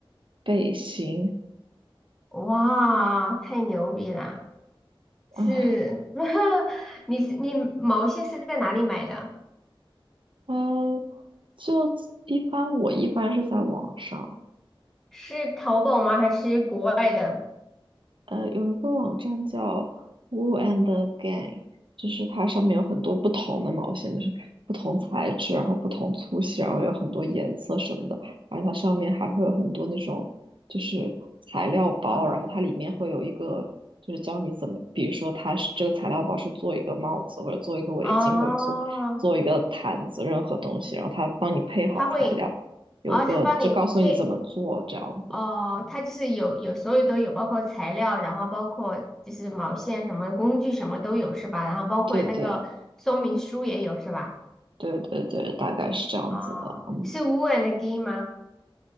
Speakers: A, on the right; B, in the centre.
A: 背心
B: 哇，太牛逼了！
A: 啊，
B: 是，<laughs> 你是你毛线是在哪里买的？
A: 呃，就一般我一般是在网上。
B: 是淘宝吗？还是国外的？
A: 呃，有一个网站叫 Woo and Gang，就是它上面有很多不同的毛线，就是不同材质，然后不同粗细，然后有很多颜色什么的，而它上面还会有很多那种就是材料包，
B: 哦
A: 然后它里面会有一个就是教你怎么，比如说它是这个材料包是做一个帽子，或者做一个围巾，
B: 哦，
A: 或者做做一个毯子，任何东西，然后它帮你配好材料，
B: 他会，
A: 有一个就告诉你怎么做这样子。
B: 哦，他帮你配。哦，它就是有有所有都有，包括材料，然后包括就是毛线什么工具什么都有是吧？然后包括那个说明书也有是吧？
A: 对对。对对对，大概是这样子的。
B: 哦，
A: 嗯
B: 是 w o o and Gang 吗